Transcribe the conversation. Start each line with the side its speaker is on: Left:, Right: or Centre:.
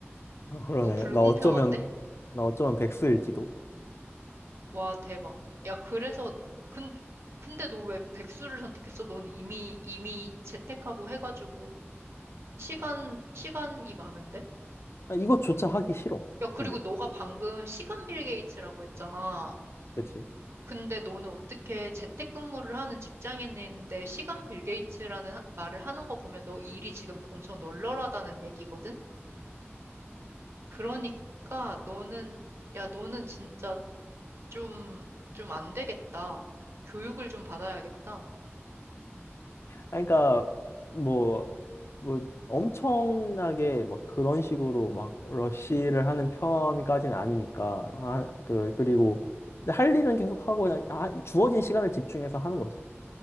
Left: 아, 그러네
Right: 너무 불공평한데?
Left: 나 어쩌면 나 어쩌면 백수일지도
Right: 와, 대박. 야, 그래서, 근, 근데 너 왜 백수를 선택했어? 넌 이미, 이미 재택하고 해가지고, 시간, 시간이 많은데?
Left: 아, 이것조차 하기 싫어
Right: 야, 그리고
Left: 근데
Right: 너가 방금 시간 빌 게이츠라고 했잖아.
Left: 그치
Right: 근데 너는 어떻게 재택근무를 하는 직장인인데 시간 빌 게이츠라는 하- 말을 하는 거 보면 너 일이 지금 엄청 널널하다는 얘기거든? 그러니까 너는, 야, 너는 진짜 좀, 좀 안 되겠다. 교육을 좀 받아야겠다.
Left: 아 그러니까 뭐 뭐 엄청나게 막 그런 식으로 막 러쉬를 하는 편까지는 아니니까 아 그 그리고 근데 할 일은 계속 하고 그냥 아, 주어진 시간을 집중해서 하는 거지